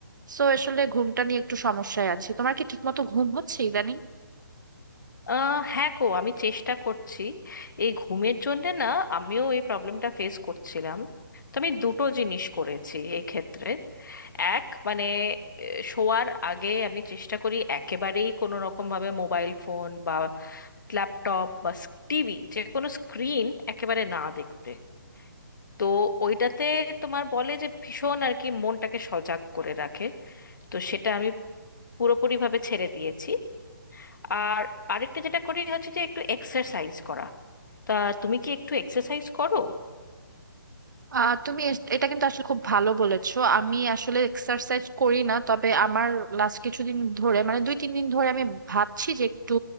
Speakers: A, on the right; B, on the left.
A: সো আসলে ঘুমটা নিয়ে একটু সমস্যায়
B: হুম।
A: আছি তোমার কি ঠিক মতো ঘুম হচ্ছে ইদানিং
B: আহ হ্যাঁ গো আমি চেষ্টা করছি এই ঘুমের জন্যে না আমিও এই প্রবলেমটা ফেস করছিলাম তো আমি দুটো জিনিস করেছি এই ক্ষেত্রে এক মানে আহ, শোয়ার আগে আমি চেষ্টা করি একেবারেই কোনো রকম ভাবে মোবাইল ফোন বা ল্যাপটপ বা টিভি যে কোনো স্ক্রিন একেবারে না দেখতে তো ওইটাতে তোমার বলে যে ভীষণ আর কি মনটাকে সজাগ করে রাখে তো সেটা আমি পুরোপুরিভাবে ছেড়ে দিয়েছি আর আরেকটা যেটা করি হচ্ছে যে একটু এক্সারসাইজ করা তা তুমি কি একটু এক্সারসাইজ করো
A: আহ তুমি এস- এটা কিন্তু আসলে খুব ভালো বলেছো আমি আসলে এক্সারসাইজ করি না তবে আমার লাস্ট কিছুদিন ধরে মানে দুই তিন দিন ধরে আমি ভাবছি যে একটু